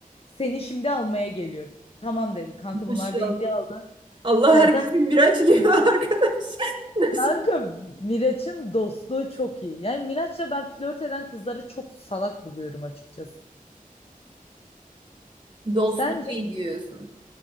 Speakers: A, on the left; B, on the right.
A: Seni şimdi almaya geliyorum. Tamam dedi. Kanka
B: Maşallah.
A: bunlar beni bir aldı.
B: Allah
A: Seda
B: herkesin Miraç gibi <laughs> arkadaş. Nasip.
A: kanka Miraç'ın dostluğu çok iyi. Yani Miraç'la ben flört eden kızları çok salak buluyorum açıkçası.
B: Dostluğu
A: Sence?
B: iyi diyorsun.